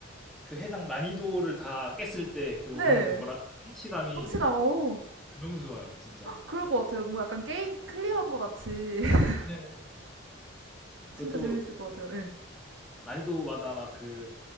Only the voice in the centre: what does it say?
그 해당 난이도를 다 깼을 때 그
오는 뭐랄까 성취감이
너무 좋아요, 진짜.
네. 그것도
난이도마다 막 그